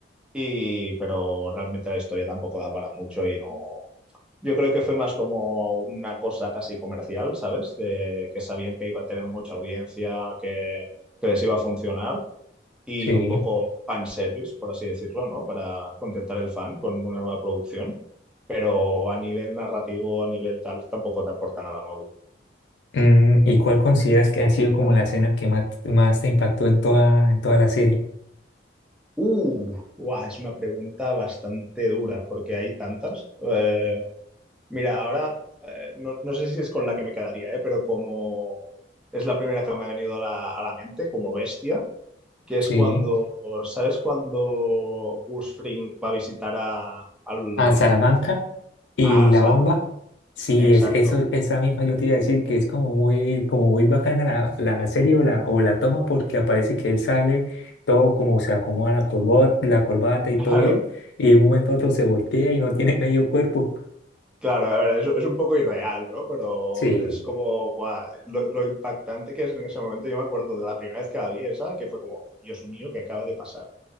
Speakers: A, in the centre; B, on the left (about 85°).
A: Y, pero realmente la historia tampoco da para mucho y no. Yo creo que fue más como una cosa casi comercial, ¿sabes? De que sabían que iba a tener mucha audiencia, que, que les iba a funcionar y
B: sí.
A: un poco fanservice, por así decirlo, ¿no? Para contentar el fan con una nueva producción, pero a nivel narrativo, a nivel tal, tampoco te aporta nada nuevo.
B: Mm, ¿y cuál consideras que ha sido como la escena que más, más te impactó en toda, en toda la serie?
A: Uh, guau, es una pregunta bastante dura porque hay tantas. Eh, mira, ahora eh, no, no sé si es con la que me quedaría, eh, pero como es la primera que me ha venido a la, a la mente, como bestia, que es
B: Sí.
A: cuando, ¿sabes cuando Gus Fring va a visitar a, al-
B: a Salamanca y
A: a
B: La
A: Salamanca?
B: Bomba. Sí,
A: Exacto.
B: es, eso, esa misma yo te iba a decir que es como muy, como muy bacana la, la serie o la, o la toma porque aparece que él sale todo como se acomoda la corbata, la corbata y todo
A: Claro,
B: bien y de un momento a otro se voltea y no tiene <laughs> medio cuerpo.
A: claro, a ver, es, es un poco irreal, ¿no? Pero
B: Sí,
A: es como, guau, lo, lo impactante que es en ese momento. Yo me acuerdo de la primera vez que la vi esa, que fue como, Dios mío, ¿qué acaba de pasar?